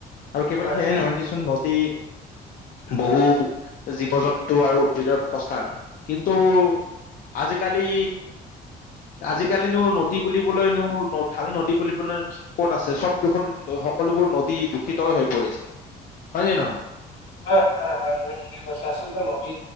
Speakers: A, on the left; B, on the left.
A: আৰু কেৱল
B: হয়
A: সেয়ে নহয় দিচোন নদী বহু জীৱ-জন্তু আৰু উদ্ভিদৰ বাসস্থান, কিন্তু আজিকালি আজিকালিনো নদী বুলিবলৈনো ভাল নদী বুলিবলৈ কি ক'ত আছে চব দুখোন সকলোবোৰ নদী দূষিতই হৈ পৰিছে হয় নে নহয়।
B: হয়, হয়, হয় তুমি ঠিকেই কৈছা আচলতে নদী